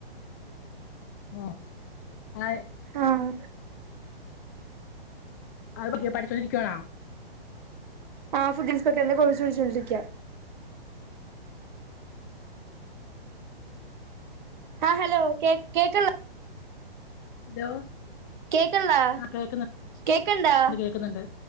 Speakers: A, on the left; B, on the right.
A: ഓഹ് ആഹ്
B: ആഹ്
A: അത് പറ്റോ പഠിച്ചൊണ്ടിരിക്കുവാണാ?
B: ആഹ്, ഫുഡ് ഇൻസ്പെക്ടറിന്റെ കോഴ്സ് പഠിച്ചോണ്ടിരിക്ക. ആഹ് ഹലോ കേ കേക്കള്ളെ?
A: ഹലോ
B: കേക്കള്ളേ,
A: ആ കേൾക്കുന്നുണ്ട്
B: കേക്കണ്ടാ?
A: കേൾക്കുന്നുണ്ട്